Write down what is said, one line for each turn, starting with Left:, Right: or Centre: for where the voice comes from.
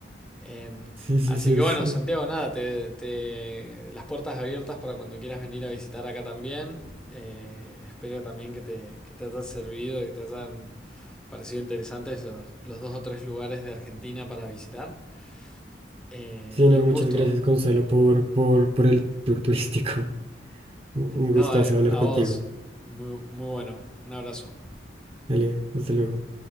Centre: Em,
Right: sí, sí,
Centre: así
Right: sí,
Centre: que
Right: es,
Centre: bueno, Santiago, nada, te, te- las puertas abiertas para cuando quieras venir a visitar acá también. Eh, espero también que te, que te haya servido y te hayan Pareció interesantes los, los dos o tres lugares de Argentina para visitar. Eh,
Right: Sí,
Centre: y
Right: no,
Centre: un
Right: muchas
Centre: gusto.
Right: gracias, Gonzalo, por, por, por el tour turístico. <laughs> Un un
Centre: No,
Right: gustazo
Centre: eh,
Right: hablar
Centre: a
Right: contigo.
Centre: vos. Muy, muy bueno. Un abrazo.
Right: Dale, hasta luego.